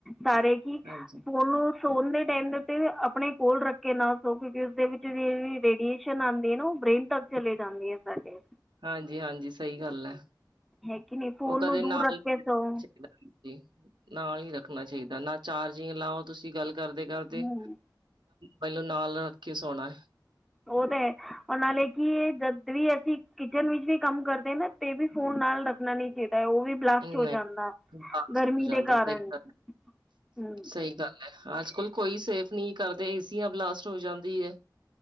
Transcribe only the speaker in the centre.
ਸਾਰੇ ਕਿ
ਫੋਨੂੰ ਸੋਣ ਦੇ ਟਾਈਮ ਦੇ ਉੱਤੇ ਆਪਣੇ ਕੋਲ ਰੱਖੇ ਨਾ ਸੋ ਕਿਉਂਕਿ ਉਸਦੇ ਵਿੱਚ, ਰੇਡੀਏਸ਼ਨ ਆਦੀ ਹੈ ਨਾ ਉਹ ਬ੍ਰੇਨ ਤੱਕ ਚਲੇ ਜਾਂਦੀ ਆ ਸਾਡੇ,
ਹੈ ਕਿ ਨਹੀਂ ਫੋਨ
ਨੂੰ ਦੂਰ
ਰੱਖ
ਕੇ ਸੌ
ਹੂੰ
ਉਹ ਤਾਂ ਹੈ ਉਹਰ ਨਾਲੇ ਕੀ ਜਦ ਵੀ ਅਸੀਂ ਕਿਚਨ ਵਿੱਚ ਵੀ, ਕੰਮ ਕਰਦੇ ਨਾ ਤੇ ਵੀ ਫੋਨ ਨਾਲ ਰੱਖਣਾ ਨਹੀਂ ਚਾਹੀਦਾ ਉਹ ਵੀ ਬਲਾਸਟ
ਹੋ ਜਾਂਦਾ
ਗਰਮੀ
ਦੇ ਕਾਰਨ
ਹੂੰ